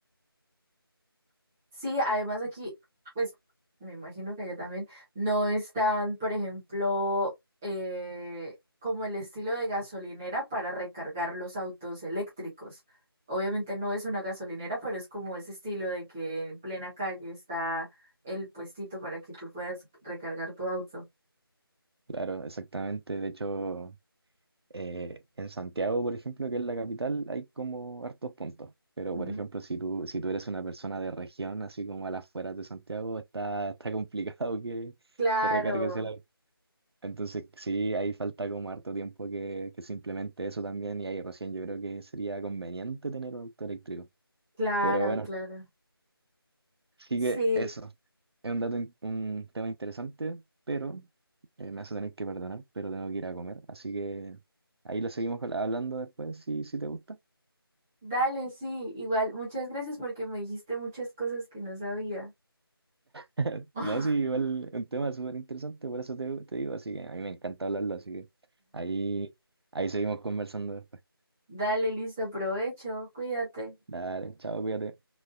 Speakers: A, in the centre; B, on the right.
A: Sí, además aquí, pues me imagino que allá también no están, por ejemplo, eh, como el estilo de gasolinera para recargar los autos eléctricos. Obviamente no es una gasolinera, pero es como ese estilo de que en plena calle está el puestito para que tú puedas recargar tu auto.
B: Claro, exactamente. De hecho... Eh, en Santiago, por ejemplo, que es la capital, hay como hartos puntos. Pero,
A: Ujú.
B: por ejemplo, si tú, si tú eres una persona de región, así como a las afueras de Santiago, está, está <laughs> complicado que,
A: Claro,
B: que recargues el auto. Entonces, sí, ahí falta como harto tiempo que, que se implemente eso también y ahí recién yo creo que sería conveniente tener un auto eléctrico.
A: claro,
B: Pero bueno,
A: claro.
B: Sigue
A: Sí,
B: eso. Es un dato, in- un tema interesante, pero eh, me hace tener que perdonar, pero tengo que ir a comer. Así que ahí lo seguimos habla- hablando después, si, si te gusta.
A: dale, sí, igual, muchas gracias porque me dijiste muchas cosas que no sabía.
B: <laughs>
A: <laughs>
B: No, sí, igual es un tema súper interesante, por eso te, te digo. Así que a mí me encanta hablarlo, así que ahí, ahí seguimos conversando después.
A: Dale, listo, provecho, cuídate.
B: Dale, chao, cuídate.